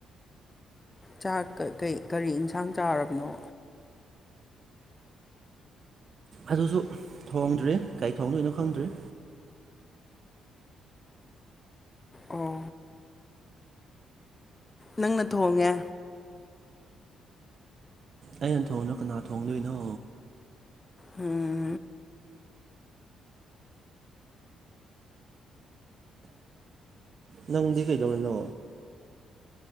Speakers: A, on the left; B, on the right.
A: ꯆꯥꯛ ꯀ ꯀꯔꯤ ꯌꯦꯟꯁꯥꯡ ꯆꯥꯔꯕꯅꯣ
B: ꯑꯗꯨꯁꯨ ꯊꯣꯡꯗ꯭ꯔꯔꯤ ꯒꯥꯔꯤ ꯊꯣꯡꯗꯣꯏꯅꯣ ꯈꯪꯗ꯭ꯔꯔꯤ
A: ꯑꯣ ꯅꯪꯅ ꯊꯣꯡꯉꯦ
B: ꯑꯩꯅ ꯊꯣꯡꯅꯣ ꯀꯅꯥ ꯊꯣꯡꯗꯣꯏꯅꯣ
A: ꯎꯝ
B: ꯅꯪꯗꯤ ꯀꯩꯗꯧꯔꯤꯅꯣ